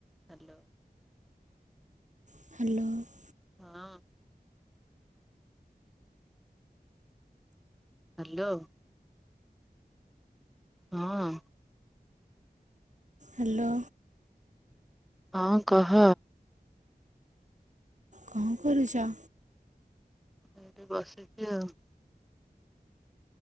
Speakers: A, in the centre; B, on the right.
A: Hello.
B: Hello.
A: ହଁ। Hello. ହଁ।
B: Hello.
A: ହଁ କହ?
B: କଣ କରୁଛ?
A: ସେଠି ବସିଛି ଆଉ।